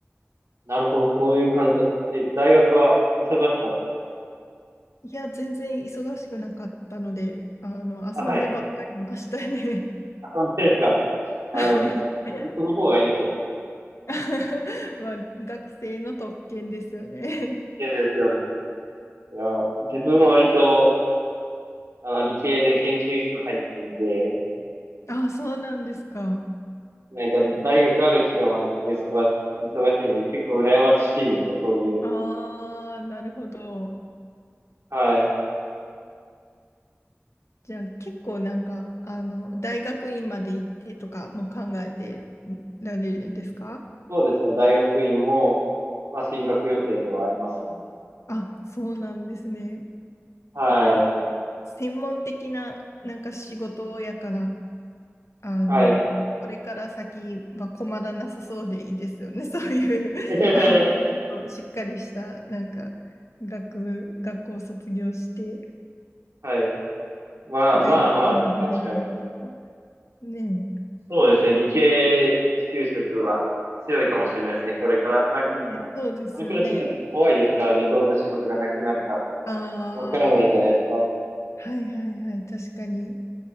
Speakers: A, on the right (about 80°); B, on the left (about 70°).
A: なるほど、そういう感じだった。え、大学は忙しかったですか
B: いや、全然忙しくなかったので、あの、
A: あ、
B: 遊んでばっかりいましたね。
A: はい。あ、そうですか。あの、
B: <laughs> はい
A: そ、本当の方がいいですよね。
B: <laughs> まあ、学生の特権ですよね。
A: いやですよね。いや、自分は割と、あの、理系で研究室入っていて、
B: <laughs> あ、そうなんですか。
A: なんか、大学ある期間はずっと忙し、忙しいんで、結構羨ましいですね、そういう。
B: ああ、なるほど。
A: はい。
B: じゃあ結構なんか、あの、大学院まで行ってとかも考えてられるんですか
A: そうですね。大学院も、まあ、進学予定ではありますね。
B: あ、そうなんですね。
A: はい。
B: でも、専門的ななんか仕事やから、あの、
A: はい。
B: これから先は困らなさそうでいいですよね。<laughs> そういう、<laughs>
A: <laughs>
B: あの、ちゃんとしっかりした、なんか、学部、学校を卒業して、
A: はい。まあまあまあ、
B: 大学まで出られてると。
A: 確かに。
B: ね
A: そうですね。理系就職は強いかもしれないですね。これから、なんか、
B: え、ねえ、そうですよね。
A: これからちょっと怖いですからね。どんな仕事がなくなるか
B: あ
A: わからないじゃないですか。
B: あ、はいはいはい、確かに。